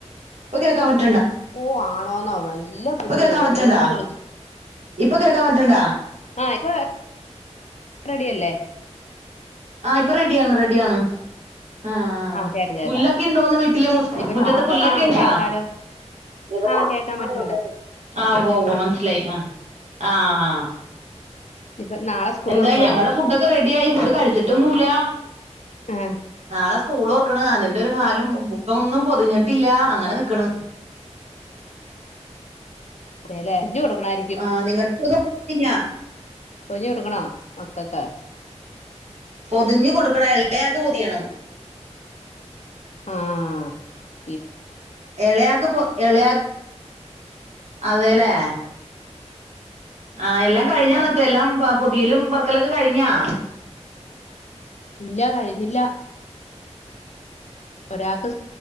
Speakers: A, on the right (about 70°); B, on the left (about 70°).
A: ഇപ്പൊ കേക്കാൻ പറ്റണ്
B: ഓ ആണോന്നോ നല്ല പുല്ല്
A: ഇപ്പൊ കേക്കാൻ
B: കേറു
A: പറ്റണ്ടാ
B: ന്തോരും തെളി
A: ഇപ്പൊ കേക്കാൻ പറ്റൺണ്ടാ
B: ആ ഇപ്പ റെഡിയല്ലേ
A: ആ ഇപ്പ റെഡിയാണ് റെഡ്‌ യാണ് ആ ആ
B: കേക്കാം കേക്കാം
A: പുല്ലൊക്കെ ഇണ്ടോന്ന് വീട്ടില് മുറ്റ്
B: ഇനിയിപ്പ
A: മുറ്റത്ത്
B: നാ
A: പുല്ലക്കിണ്ടാ
B: ആ കേൾക്കാലോ
A: എവടന്നാ
B: ആ കേക്കാൻ
A: അങ്ങോട്ട്ന്നെആ
B: പറ്റണ്ട്
A: ഉവ്വ ഉവ മനസ്സിലായി ആ ആ ഹാ
B: ഇനിയിപ്പ നാളെ സ്കൂൾ
A: എന്തായി
B: തുറക്കുവല്ലേ
A: ഞങ്ങട ഫുഡൊക്കെ റെഡി ആയി ഫുഡ് കഴിച്ചിട്ടൊന്നുല്ല
B: എ
A: എന്ന സ്കൂൾ ഓർക്കണ് അതിന്റെ ഒരു ഹാലും ബുക്കം ഒന്നും പൊതിഞ്ഞിട്ടില്ല അങ്ങനെ നിക്കണ്
B: അതെല്ലേ പൊതിഞ്ഞു കൊടുക്കണായിരിക്കും
A: ആ നിങ്ങൾ <unintelligible> ഞ്ഞ
B: പൊഞ്ഞ കൊടുക്കണോ മക്കൊക്കെ
A: പൊതിഞ്ഞു കൊടുക്കണ എളയാൾക്ക് പൊതിയണം
B: ആഹ
A: ഇളയാക്ക പോ ഇളയാ അതെലേ ആഹ എല്ലാം കഴിഞ്ഞാ എന്നിട്ട എല്ലാം പുതിയലും പറക്കലൊക്കെ കഴിഞ്ഞാ
B: ഇല്ല കഴിഞ്ഞില്ല ഒരാക്ക്